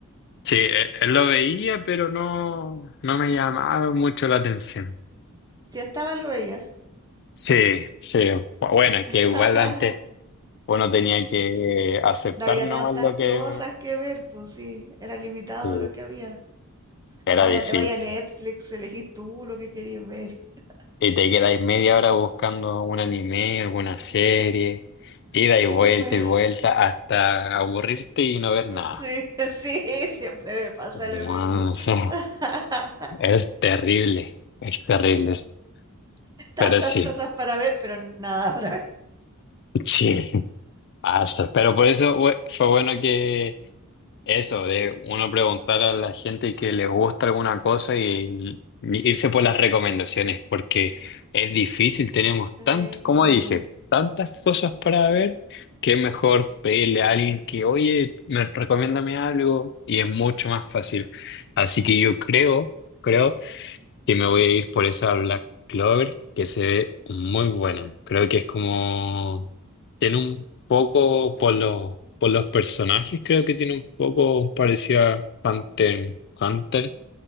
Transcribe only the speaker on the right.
Si estaba, lo veías.
<laughs>
No había
tantas
cosas
que ver, pues sí. Era limitado
lo que había.
Ahora
te vaya a Netflix, elegís tú lo que querías ver. <laughs>
Y
después,
sí, <laughs> sí, siempre me pasa lo
mismo.
<laughs>
Tantas
cosas para ver, pero nada para ver.
Sí.